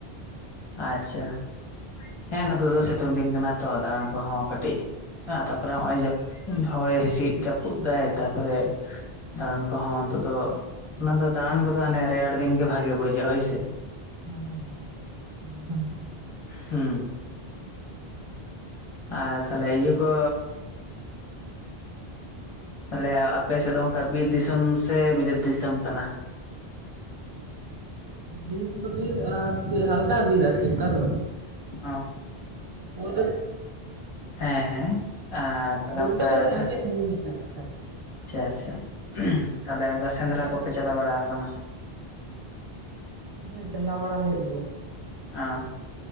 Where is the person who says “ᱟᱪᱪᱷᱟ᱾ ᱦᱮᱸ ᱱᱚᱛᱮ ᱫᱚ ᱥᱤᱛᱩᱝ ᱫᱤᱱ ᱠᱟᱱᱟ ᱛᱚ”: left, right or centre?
Left